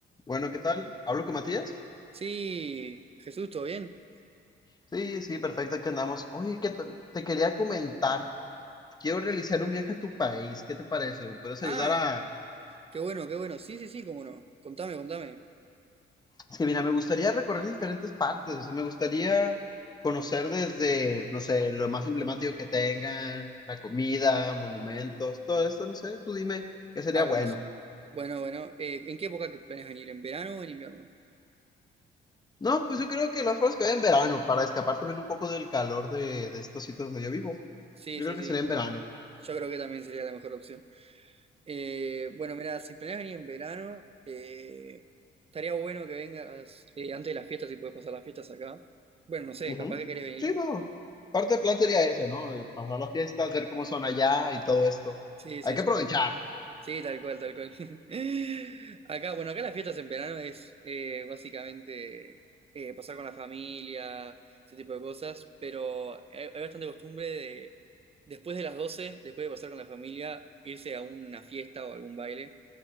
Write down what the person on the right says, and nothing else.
Sí, Jesús, ¿todo bien?
Ah,
qué bueno, qué bueno. Sí, sí, sí, cómo no. Contame, contame.
Ah,
buenazo. Bueno, bueno. eh, ¿en qué época que planeas venir? ¿En verano o en invierno?
Sí,
sí,
sí.
Yo creo que también sería la mejor opción. Eh, bueno, mira, si planeas venir en verano, eh, estaría bueno que vengas eh, antes de las fiestas, si puedes pasar las fiestas acá. Bueno, no sé,
capaz que querés venir.
Sí,
sí,
sí.
Sí, tal cual, tal cual. <laughs> Acá, bueno, acá las fiestas en verano es eh, básicamente eh, pasar con la familia, ese tipo de cosas, pero hay, hay bastante costumbre de, después de las 12, después de pasar con la familia, irse a una fiesta o algún baile,